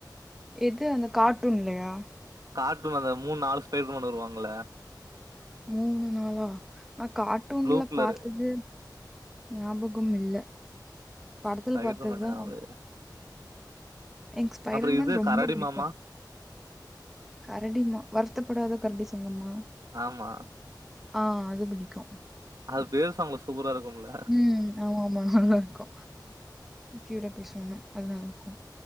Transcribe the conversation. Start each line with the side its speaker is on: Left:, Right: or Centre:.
Centre: எது அந்த கார்ட்டூன்லையா
Right: கார்டூன்ல அந்த மூன் நாலு ஸ்பைடர்மேன் வருவாங்கல்ல
Centre: மூனு நாளா நாக் கார்ட்டூன்லப்
Right: ப்ளூ கலரு
Centre: பாத்ததே ஞாபகமில்ல படத்துல
Right: ஸ்பைடர்
Centre: பாத்ததுதா
Right: மேன் அவரு.
Centre: எக்ஸ்பைரமெண்ட்
Right: அப்புறம் இது
Centre: ரொம்ப
Right: கரடி
Centre: பிடிக்கு
Right: மாமா.
Centre: கரடிமா வருத்தப்படாத கரடி சங்கமா
Right: ஆமா
Centre: ஆ அது பிடிக்கு
Right: அது பேசுவாங்க சூப்பரா இருக்கும்ல
Centre: ம் ஆமா ஆமா நல்லா இருக்கு க்யூட்டா பேசுவாங்க அது நல்லா இருக்கு